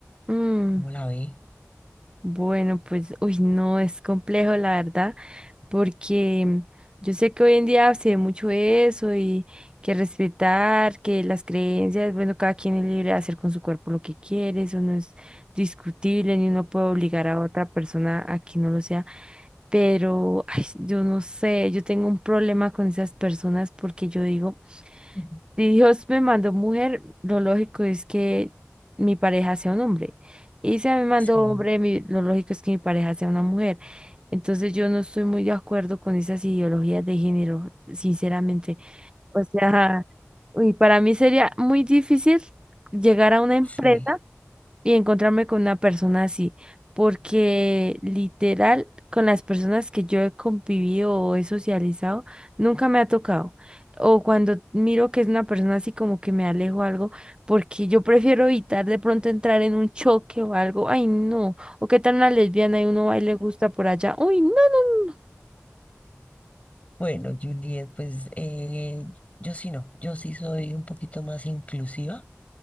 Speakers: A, on the right (about 20°); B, on the left (about 30°).
A: Mm,
B: ¿Cómo la ve?
A: Bueno, pues, uy, no, es complejo, la verdad, porque yo sé que hoy en día se ve mucho eso y que respetar, que las creencias, bueno, cada quien es libre de hacer con su cuerpo lo que quiere, eso no es discutible, ni uno puede obligar a otra persona a que no lo sea, pero ay, yo no sé, yo tengo un problema con esas personas porque yo digo,
B: Ujú.
A: si Dios me mandó mujer, lo lógico es que mi pareja sea un hombre. Y se me mandó
B: Sí,
A: hombre, mi- lo lógico es que mi pareja sea una mujer. Entonces yo no estoy muy de acuerdo con esas ideologías de género, sinceramente. O sea, uy, para mí sería muy difícil llegar a una empresa
B: sí.
A: y encontrarme con una persona así, porque literal, con las personas que yo he convivido o he socializado, nunca me ha tocado. O cuando miro que es una persona así como que me alejo algo, porque yo prefiero evitar de pronto entrar en un choque o algo. Ay, no. O qué tal una lesbiana y uno va y le gusta por allá. Uy, no, no,
B: Bueno, Juliet, pues eh, yo sí no, yo sí soy un poquito más inclusiva